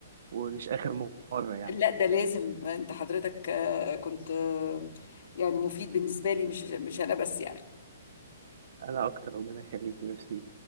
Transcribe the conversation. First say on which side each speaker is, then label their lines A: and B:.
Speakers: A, on the right; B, on the left.
A: ومش آخر مرة يعني
B: لا ده لازم انت حضرتك آه، كنت آه، يعني مفيد بالنسبه لي مش مش انا بس يعني
A: أنا أكتر ربنا يخليك ميرسي